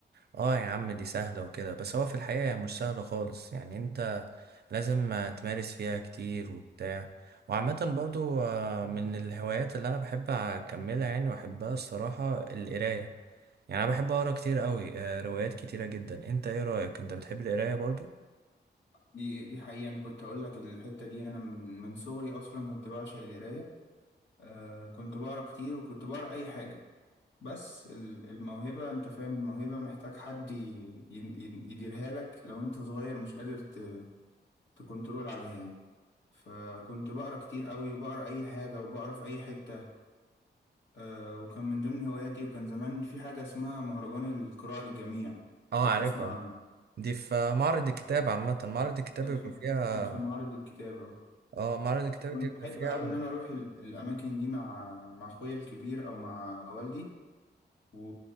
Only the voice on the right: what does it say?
اه يا عم دي سهلة وكده بس هو في الحقيقة هي مش سهلة خالص يعني انت لازم تمارس فيها كتير وبتاع وعامة برضو آه، من الهوايات اللي انا بحب اكملها يعني واحبها الصراحة القراية يعني انا بحب اقرا كتير قوي آه، روايات كتيرة جدا انت ايه رأيك انت بتحب القراية برضو
اه
عارفها
دي في معرض الكتاب عامة معرض الكتاب
بيبقى
فيها
اه معرض الكتاب
دي بيبقى
فيها